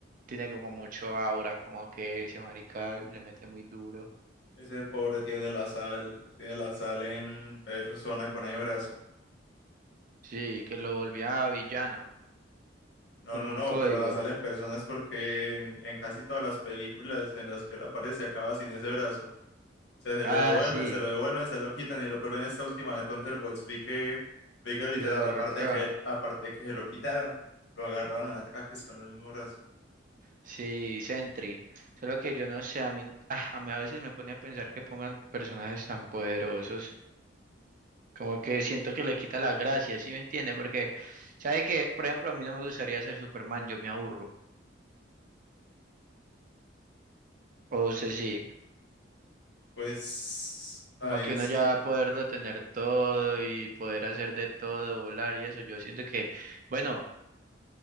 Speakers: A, on the right; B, on the left.
A: tiene como mucho aura, como que ese marica le mete muy duro,
B: ese pobre tiene la sal, tiene la sal en persona con el brazo.
A: sí, que lo volvía villano,
B: No,
A: con
B: no,
A: un
B: no,
A: código,
B: pero la sal en persona es porque en, en casi todas las películas en las que él aparece acaba sin ese brazo. O sea, se
A: ah,
B: lo devuelven,
A: sí,
B: se lo devuelven, se lo quitan y lo ponen en esta última de Thunderbolts. Vi que, vi que literal,
A: que se lo arrancaban.
B: aparte de que, aparte de que se lo quitaron, lo agarran a ataques con el mismo brazo.
A: Sí, Sentry. Solo que yo no sé, a mí, <laughs> ah, a mí a veces me pone a pensar que pongan personajes tan poderosos, como que siento que le quita la gracia, ¿sí me entiende? Porque, ¿sabe que Por ejemplo, a mí no me gustaría ser Superman, yo me aburro. O sea, sí,
B: Pues
A: como
B: ahí
A: que uno
B: sí,
A: ya poderlo tener todo y poder hacer de todo, volar y eso, yo siento que, bueno,